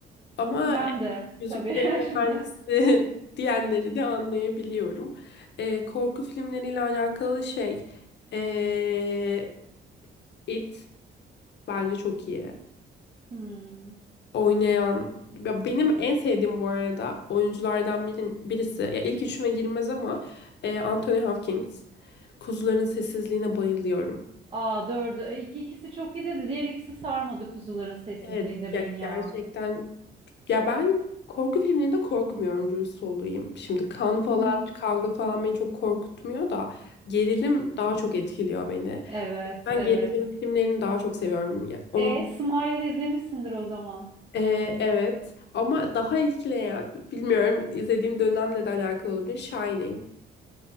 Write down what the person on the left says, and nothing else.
Ama
Yüzüklerin
Efendisi <laughs> diyenleri de anlayabiliyorum. Eee, korku filmleriyle alakalı şey eee, It bence çok iyi.
oynayan ya benim en sevdiğim bu arada oyunculardan birin, birisi ya ilk üçüme girmez ama e, Anthony Hopkins. Kuzuların sessizliğine bayılıyorum.
Evet ya
gerçekten
ya ben korku filmlerinde korkmuyorum dürüst olayım. Şimdi kan falan
kavga falan beni çok korkutmuyor da gerilim daha çok etkiliyor beni.
Ben
gerilim filmlerini daha çok seviyorum. Ya Onun
Ee, evet ama daha etkileyen bilmiyorum izlediğim dönemle de alakalı olabilir Shining.